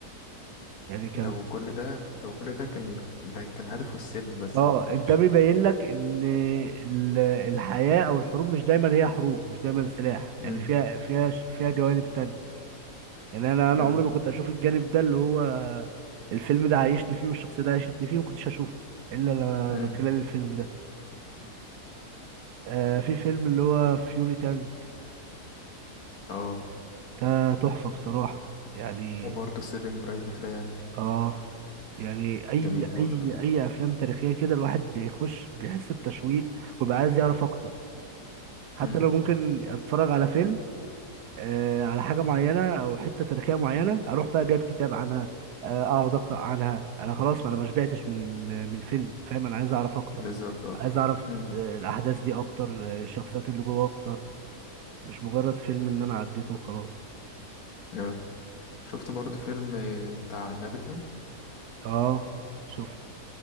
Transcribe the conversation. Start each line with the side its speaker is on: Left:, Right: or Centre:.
Right: يعني كان
Left: لو كل ده لو كل ده كان ده كان هدفه السلم بس
Right: اه
Left: اللي هو مش
Right: ده بيبين لك ان ال- الحياة او الحروب مش دايما هي حروب مش دايما سلاح
Left: امم
Right: يعني فيها فيها فيها جوانب تانية يعني انا انا
Left: اه
Right: عمري ما كنت اشوف الجانب ده اللي هو الفيلم ده عايشني فيه والشخصية ده عايشتني فيه ما كنتش هشوفه الا ل-
Left: امم
Right: من خلال الفيلم ده آه في فيلم اللي هو فيوري تانج
Left: آه.
Right: ده تحفة بصراحة يعني
Left: وبرضه سيفينج برايفت ريان
Right: اه يعني اي
Left: جميل برضه
Right: اي اي افلام تاريخية كده الواحد بيخش بيحس بتشويق وبيبقى عايز يعرف اكتر حتى
Left: امم
Right: لو ممكن اتفرج على فيلم آه، على حاجه معينه او حته تاريخيه معينه اروح بقى جايب كتاب عنها آه، اقعد اقرا عنها انا خلاص ما انا ما شبعتش من ال- من الفيلم فاهم انا عايز اعرف اكتر
Left: بالظبط اه
Right: عايز اعرف
Left: امم
Right: آه، الاحداث دي اكتر آه، الشخصيات اللي جوه اكتر مش مجرد فيلم ان انا عديته وخلاص
Left: آه. شفت برضه فيلم آه، بتاع نابليون
Right: اه شفته